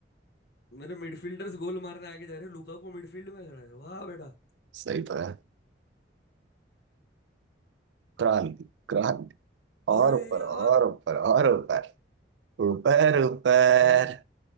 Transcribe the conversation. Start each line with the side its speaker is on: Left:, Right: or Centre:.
Left: मेरे मिडफील्डर्स गोल मारने आगे जा रहे हैं लुकाकू मिडफील्ड में खड़ा है वाह बेटा
Right: सही तो है क्रांति क्रांति और
Left: अरे
Right: ऊपर
Left: यार
Right: और ऊपर और ऊपर ऊपर ऊपर
Left: कांटे